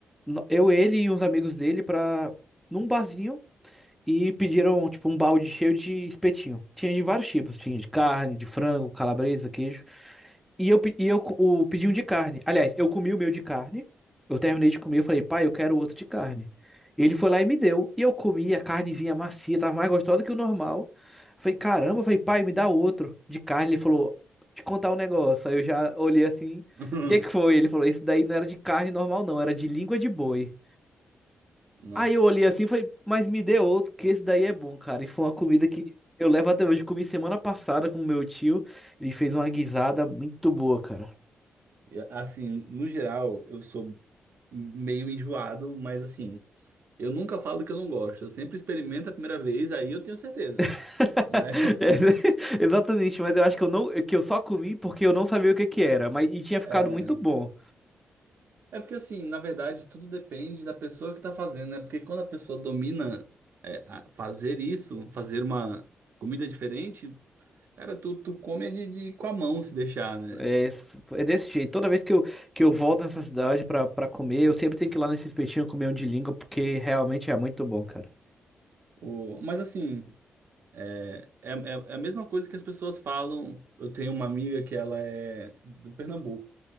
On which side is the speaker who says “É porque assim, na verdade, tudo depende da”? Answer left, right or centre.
Right